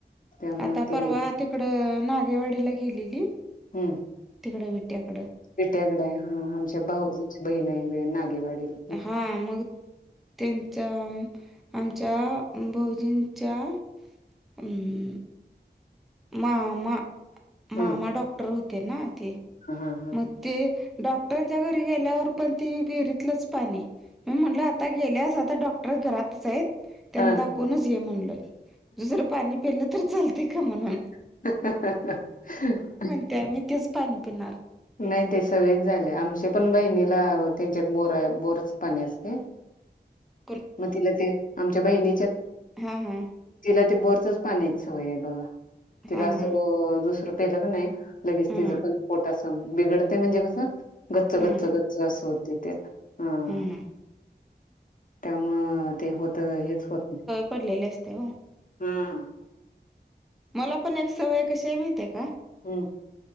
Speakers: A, on the left; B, in the centre.
A: त्यामुळे
B: आता
A: ते
B: परवा तिकड नागेवाडीला गेलेली
A: हम्म
B: तिकड विट्याकड
A: बेट्याकडे आहे हा आमच्या भाऊजची बहीण आहे नागेवाडीला.
B: हा मग त्यांचा आमच्या भाऊजींच्या ह मामा
A: हा
B: मामा डॉक्टर होते ना ते
A: हा हा
B: मग.. ते डॉक्टरांच्या घरी गेल्यावर पण ती विहिरीतलंच पाणी. मी म्हटलं आता गेल्यास आता डॉक्टर घरातच आहेत. त्यांना
A: हा
B: दाखवूनच ये म्हणलय दुसरं पाणी पिलं तर चालते का म्हणून..
A: <unintelligible>
B: त्या मी तेच पाणी पिणार.
A: नाही ते सगच झाले आमच्या पण बहिणीला त्यांच्यात बोर बोरच पाणी असते
B: <unintelligible>
A: मग तिला ते आमच्या बहिणीच्या
B: हा हा
A: तिला ते बोरचच पाण्याची सवय आहे बघा तिला
B: हा
A: असं
B: हा
A: दुसरं पिलं का नाही लगेच
B: हा
A: तिचं पण पोटचं बिघडते म्हणजे कसं. गच्च गच्च
B: हा
A: गच्च असं होते त्याला हा
B: हम्म
A: त्यामुळं. ते होत हेच होत नायी
B: पडलेले असते होय
A: हा
B: मला पण एक सवए कशी ये माहितीये का?
A: हम्म